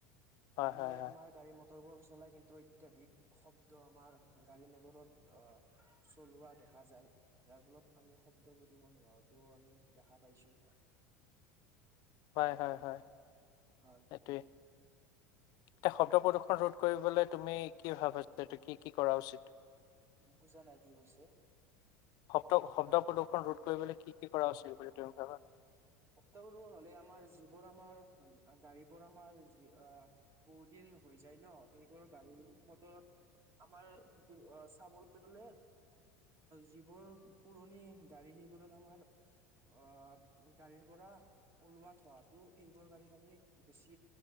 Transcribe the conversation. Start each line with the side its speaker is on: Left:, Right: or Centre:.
Left: হয়
Right: মানুহে
Left: হয় হয়
Right: আমাৰ গাড়ী মটৰবোৰ চলাই কিন্তু ইত্যাদি, <unintelligible> ক শব্দ আমাৰ গাড়ী মটৰত চলোৱা দেখা যায়, যাৰ ফলত আমি শব্দ প্ৰদূষণ হোৱাাতো আমি দেখা পাইছো।
Left: <inaudible> হয়- হয়
Right: হয়।
Left: সেইটোৱে এতিয়া শব্দ প্ৰদূৰ্ষন ৰোধ কৰিবলৈ তুমি কি ভাবা যে এইতো কি-কি কৰা উচিত।
Right: বুজা নাই কি কৈছে?
Left: শব্দ শব্দ প্ৰদূষণ ৰোধ কৰিবলৈ কি কি কৰা উচিত বুলি‌ তুমি ভাৱা-
Right: <unintelligible> হলে আমাৰ যিবোৰ আমাৰ গাড়ী বোৰ আমাৰ যি বহুত দিন হৈ যায় ন সেইবোৰ গাড়ী মটৰত আমাৰ কি চাবলৈ গলে? যিবোৰ পুৰণি গাড়ী সেইবোৰত আমাৰ অ গাড়ীৰ পৰা ওলোৱা থোৱাটো সেইবোৰ গাড়ীত আমি বেছি